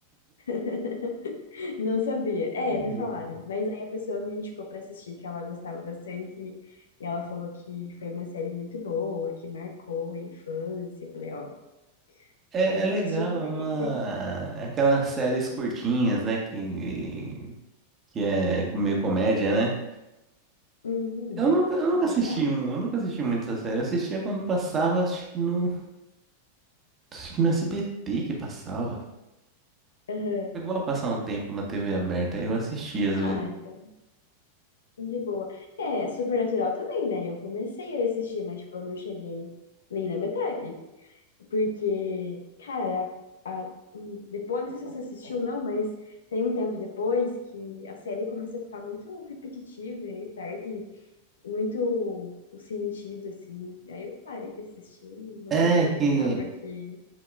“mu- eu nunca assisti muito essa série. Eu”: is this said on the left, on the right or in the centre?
Right